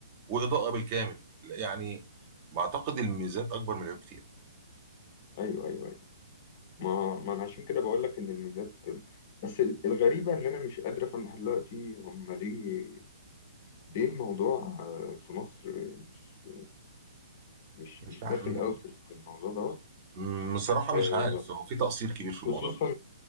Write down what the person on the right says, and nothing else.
واضاءه بالكامل يعني بعتقد الميزات اكبر من العيوب كتير
مش
بع...
م-
م- بصراحه
مش عارف هو في تقصير كبير في الموضوع